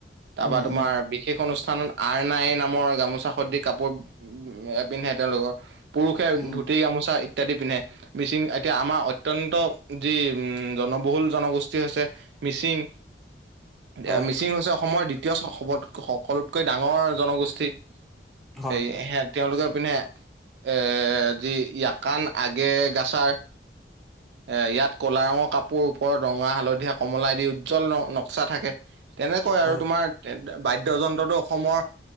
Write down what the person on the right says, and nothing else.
তাৰপা
তোমাৰ
বি শেষ অনুষ্ঠানত আৰ নাই নামৰ গামোচা খদি কাপোৰ এ পিন্ধে তেওঁলোকৰ। পুৰুষে
ধুতি গামোচা ই ত্যাদি পিন্ধে, মিচিং এতিয়া আমাৰ অত্যন্ত যি জনবহুল জনগোষ্ঠী হৈছে মিচিং দিয়া
মিচিং হৈছে অসমৰ দ্বিতীয় স সবত সকলোতকৈ ডাঙৰ জনগোষ্ঠী।
এই
সে তেওঁলোকে পিন্ধে এৰ যি য়াকান আগেগাছাৰ এ ইয়াত ক'লা ৰঙৰ কাপোৰ ওপৰত ৰঙা, হালধীয়া, কমলাই দি উজ্জ্বল ন নক্সা থাকে। তেনেকৈ আৰু
তোমাৰ তে তে বাদ্যযন্ত্ৰটো অসমৰ